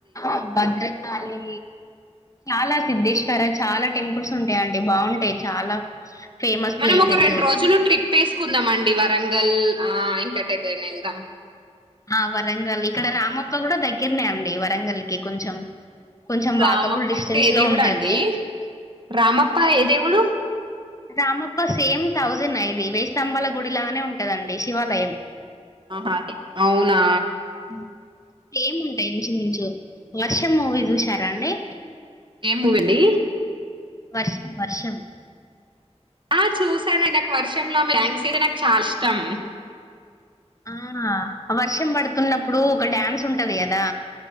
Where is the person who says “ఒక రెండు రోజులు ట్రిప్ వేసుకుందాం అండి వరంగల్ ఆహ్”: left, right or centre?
Right